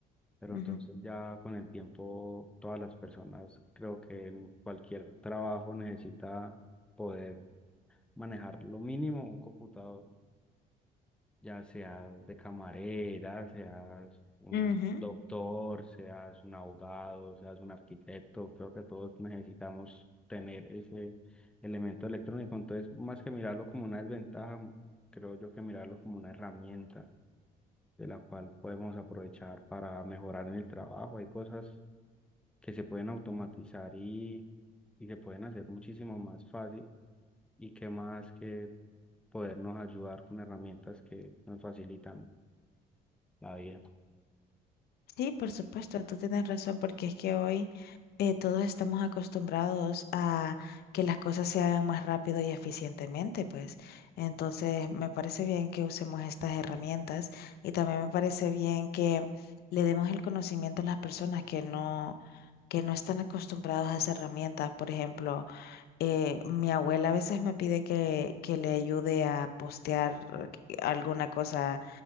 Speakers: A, in the centre; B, on the left.
A: pero
B: Ujú.
A: entonces ya con el tiempo todas las personas creo que en cualquier trabajo necesita poder manejar lo mínimo un computador, ya seas de camarera, seas un
B: Ujú.
A: doctor, seas un abogado, seas un arquitecto, creo que todos necesitamos tener ese elemento electrónico. Entonces, más que mirarlo como una desventaja, creo yo que mirarlo como una herramienta de la cual podemos aprovechar para mejorar en el trabajo. Hay cosas que se pueden automatizar y, y se pueden hacer muchísimo más fácil y qué más que podernos ayudar con herramientas que nos facilitan la vida.
B: Sí, por supuesto, tú tienes razón porque es que hoy eh, todos estamos acostumbrados a que las cosas se hagan más rápido y eficientemente, pues. Entonces, me parece bien que usemos estas herramientas y también me parece bien que le demos el conocimiento a las personas que no que no están acostumbrados a esas herramientas Por ejemplo, eh, mi abuela a veces me pide que, que le ayude a postear alguna cosa